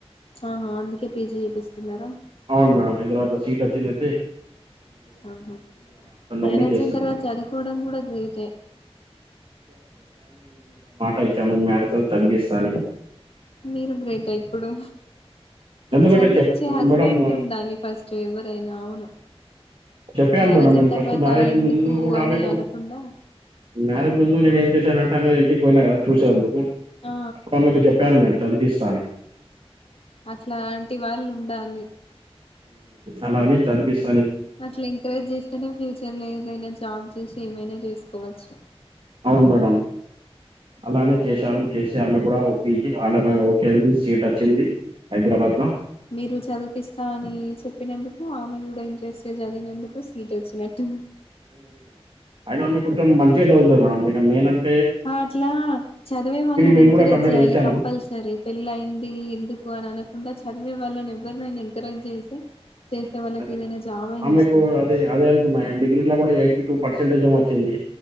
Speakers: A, on the left; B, on the right.
A: ఆహా అందుకే పీజీ చేపిస్తున్నారా
B: అవును మేడం హైదరాబాద్ లో సీట్ వచ్చిందయిథే
A: ఆహా మ్యారేజ్
B: ఉండి చేస్తుంది
A: అయిన తర్వాత
B: మేడం
A: చదువుకోవడం కూడా గ్రేట్
B: అయి చాను మ్యారజా తర్వత చదివిస్తా అని
A: మీరు గ్రేట్ ఇప్పుడు
B: ఎందుకంటే
A: చదివించే
B: చెప్
A: హస్బెండ్
B: మేడం
A: ఉండాలి ఫస్ట్ ఎవరైనా అవును
B: చెప్పాను
A: మ్యారేజ్
B: మేడం
A: అయిన
B: నేను
A: తర్వాత
B: ఫస్ట్ మ్యారేజ్
A: ఎందుకు
B: ముందు కూడా
A: అని
B: ఆమెకు
A: అనకుండా
B: మ్యారేజ్ ముందు నేను ఏం చేశా అంటేమె ఇంటికి పోయినా కదా చూసే అందుకు
A: ఆ
B: అప్పుడు ఆమెకు చెప్పాను నేను చదిపిస్తా అని
A: అట్లాంటి వాళ్ళు ఉండాలి
B: అలాని చదిపిస్త
A: అట్లా ఎంకరేజ్ చేసుకునే ఫ్యూచర్ లో ఏదైనా జాబ్ చేసు ఏమైనా చేసుకోవచ్చు
B: అవును మేడం అలానే చేశాను చేసి ఆమె కూడా ఒపించి ఆలమ కే సీట్ వచ్చింది హైదరాబాద్ లో
A: మీరు చదివిపిస్తా అని చెప్పినందుకు ఆమె కూడా ఇంట్రెస్ట్ చదివినందుకు వీ వచ్చినట్
B: అయిన ఆమె కొంచెం మంచిగా చదువుతుంది మేడం ఇక నేనంత
A: అట్లా చదివే వాళ్ళని
B: నేను
A: ఎంకరేజ్
B: కూడా కంప్లీట్
A: చేయాలి
B: చేశాను.
A: కంపల్సరీ పెళ్ళయింది ఎందుకు అని అను కుండా చదివే వాళ్ళని ఎవరిరు నైన ఎంకరేజ్ చేసి చేసే వాళ్ళకి
B: అదే
A: ఏదైనా జాబ్ అయినా
B: ఆమెకు
A: వస్తది
B: అదే అదే అనుకున్నాయి డిగ్రీ కూడా ఎయిటీ టూ పర్సెంట్ పర్ంటేజ వచ్చింది